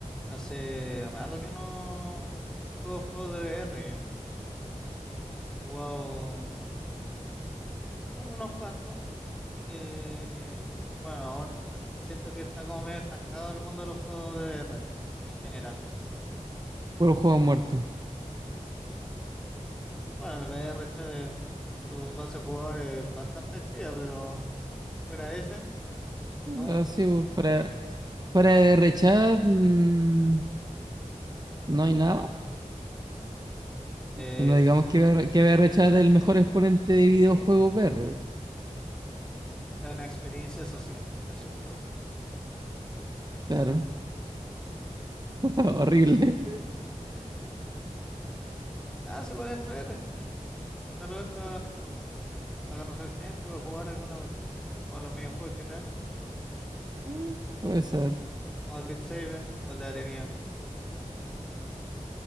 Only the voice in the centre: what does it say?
Hace rato que no juego juegos de VR yo. He jugado u- unos cuantos. eh, bueno, aún eh, siento que está como medio estancado el mundo de los juegos de VR en general.
Bueno, el VR, chale, tu base de jugadores es bastante activa, pero fuera de ese, no mucho.
Eh,
sí,
es una experiencia social, es un videojuego.
Ah, sí, igual entrete. De repente para conocer gente o jugar alguna cuestión, como los minijuegos que trae,
como el Beat Saber o el de batería.